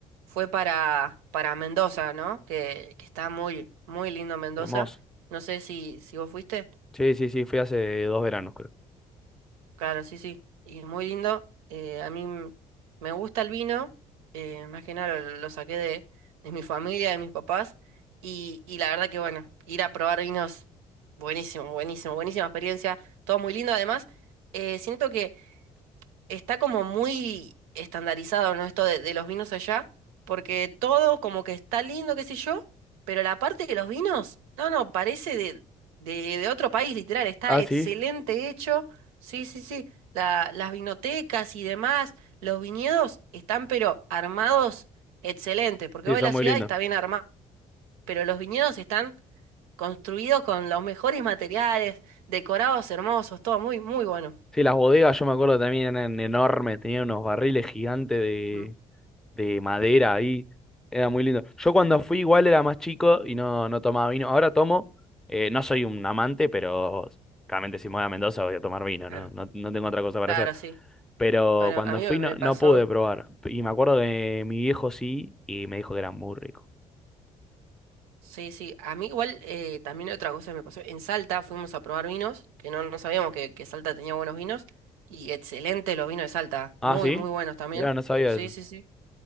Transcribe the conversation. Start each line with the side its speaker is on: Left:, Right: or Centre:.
Right: fue para, para Mendoza, ¿no? Que, que está muy, muy lindo Mendoza.
Centre: Hermoso.
Right: No sé si, si vos fuiste.
Centre: Sí, sí, sí, fui hace dos veranos, creo.
Right: Claro, sí, sí. Y muy lindo. Eh, a mí m- me gusta el vino. eh, más que nada lo, lo saqué de, de mi familia, de mis papás. Y, y la verdad que bueno, ir a probar vinos, buenísimo, buenísimo, buenísima experiencia. Todo muy lindo. Además, eh, siento que está como muy estandarizado, ¿no? Esto de, de los vinos allá, porque todo como que está lindo, qué sé yo, pero la parte de los vinos, no, no, parece de, de, de otro país, literal, está
Centre: Ah,
Right: excelente
Centre: sí.
Right: hecho, sí, sí, sí, la, las vinotecas y demás, los viñedos están pero armados excelentes, porque
Centre: Sí,
Right: hoy
Centre: son
Right: la
Centre: muy
Right: ciudad
Centre: lindos.
Right: está bien armada, pero los viñedos están construidos con los mejores materiales, decorados hermosos, todo muy, muy bueno.
Centre: Sí, las bodegas yo me acuerdo también eran enormes, tenían unos barriles gigantes de
Right: Mm,
Centre: de madera ahí. Era muy lindo. Yo cuando fui igual era más chico y no, no tomaba vino. Ahora tomo, eh, no soy un amante, pero claramente si me voy a Mendoza voy a tomar vino,
Right: Claro,
Centre: ¿no? No, no tengo otra cosa para
Right: Claro,
Centre: hacer.
Right: sí.
Centre: Pero
Right: Bueno,
Centre: cuando
Right: a mí
Centre: fui
Right: me
Centre: no,
Right: pasó,
Centre: no pude probar. Y me acuerdo que mi viejo sí y me dijo que era muy rico.
Right: sí, sí, a mí igual eh, también otra cosa que me pasó, en Salta fuimos a probar vinos, que no, no sabíamos que, que Salta tenía buenos vinos, y excelente los vinos de Salta, muy,
Centre: Ah, ¿sí?
Right: muy buenos también,
Centre: Mirá, no sabía
Right: sí,
Centre: eso.
Right: sí, sí,